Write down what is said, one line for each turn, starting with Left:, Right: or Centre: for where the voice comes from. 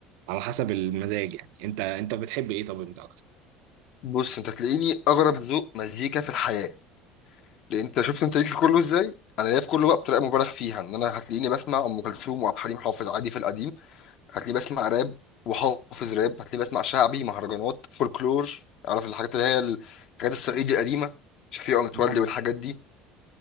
Right: على حسب المزاج يعني انت انت بتحب ايه طب انت اكتر؟
Left: بص انت تلاقيني اغرب ذوق مزيكا في الحياه لان انت شفت انت ليك في كله ازاي انا ليا في كله بقى بطريقه مبالغ فيها ان انا هتلاقيني بسمع ام كلثوم وعبد الحليم حافظ عادي في القديم هتلاقيني بسمع راب وحافظ راب هتلاقيني بسمع شعبي مهرجانات فولكلور عارف الحاجات اللي هي الحاجات الصعيدي القديمه شفيقة متولي
Right: مم.
Left: والحاجات دي